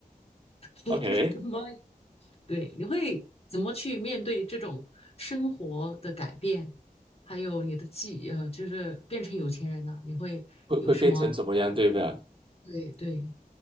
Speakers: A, on the left; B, on the right.
A: <laughs> 你的妈呀！
B: ，OK，
A: 对，你会怎么去面对这种生活的改变，还有你的技，呃，就是变成有钱人呢？你会有什么？
B: 会会变成怎么样，对吧？
A: 对对，